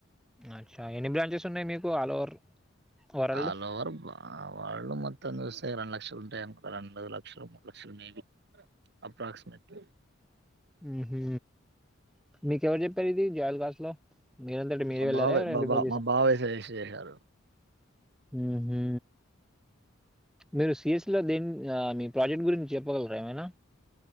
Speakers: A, in the centre; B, on the right.
A: అచ్చా ఎన్ని బ్రాంచెస్స్ ఉన్నాయి మీకు all over world
B: all over బ వాళ్ళు మొత్తం కలిసి అంటే రెండు లక్షలు ఉంటాయి అనుకో రెండు లక్షలు మూడు లక్షలు మేబీ అప్రాక్సిమేట్లీ
A: ఊహు మీకెవరు చెప్పారు ఇది జోయలుకాస్ లో మీరంతంట మీరే
B: మా
A: వెళ్లారా
B: బాబాయ్
A: ఎవరూ అయినా
B: మా
A: రిఫర్
B: బా
A: చేశారా
B: మా బాబాయ్ సజెస్ట్ చేశారు
A: ఊహు మీరు సిఎస్ ఇందులో దిన్ ఆ మీ ప్రాజెక్ట్ గురించి చెప్పగలరా ఏమైనా